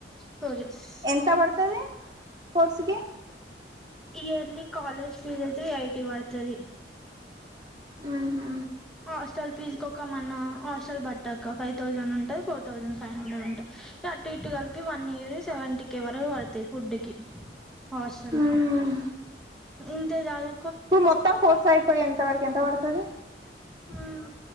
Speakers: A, in the centre; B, on the right.
A: ఫోర్ ఇయర్స్
B: ఎంత పడతది కోర్సుకి
A: ఇయర్లీ కాలేజ్ ఫీజ్ అయితే ఎయిటీ పడతది
B: మ్ హు
A: హాటల్ ఫీజ్కొక మన హాస్టల్ పట్టాక ఫైవ్ థౌజండ్ ఉంటుంది ఫోర్ తెంజడ్ ఫై హండ్రెడ్ ఉంట అటు ఇటు కలిపి వన్ ఇయర్ సెవెంటీ క వరకు పడతాయి ఫుడ్ కి హాస్టల్కి
B: మ్మ్
A: ఇంతజదు
B: ఇప్పుడు మొత్తం కోర్స్ అయిపోయేంత వరకు ఎంత పడతది
A: మ్